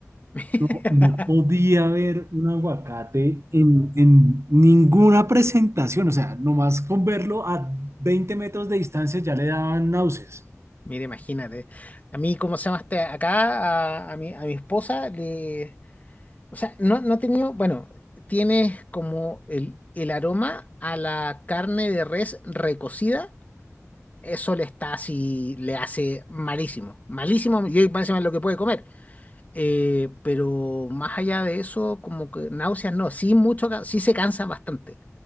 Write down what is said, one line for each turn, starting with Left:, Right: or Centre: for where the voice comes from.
Left: <laughs>
Right: No, no podía ver un aguacate en, en ninguna presentación, o sea, nomás con verlo a 20 metros de distancia ya le daban náuseas.
Left: Mira, imagínate. A mí, ¿cómo se llama este? Acá, a, a mi, a mi esposa, le... O sea, no, no ha tenido... Bueno, tiene como el, el aroma a la carne de res recocida. Eso le está así, le hace malísimo. Malísimo, yo por encima es lo que puede comer. Eh, pero más allá de eso, como que náuseas no, sí mucho, ca- sí se cansan bastante.